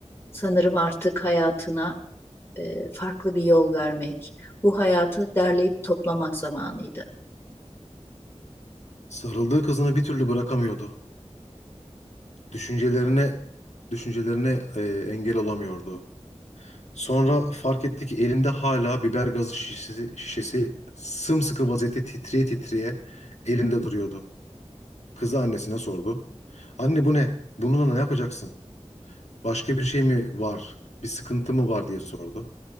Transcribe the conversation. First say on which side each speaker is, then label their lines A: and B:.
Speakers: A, on the left; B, on the left.
A: Sanırım artık hayatına e, farklı bir yol vermek, bu hayatı derleyip toplamak zamanıydı.
B: Sarıldığı kızını bir türlü bırakamıyordu. Düşüncelerine düşüncelerine e, engel olamıyordu. Sonra fark etti ki elinde hala biber gazı şişesi, şişesi sımsıkı vaziyette titreye titreye elinde duruyordu. Kızı annesine sordu. Anne bu ne? Bununla ne yapacaksın? Başka bir şey mi var? Bir sıkıntı mı var diye sordu.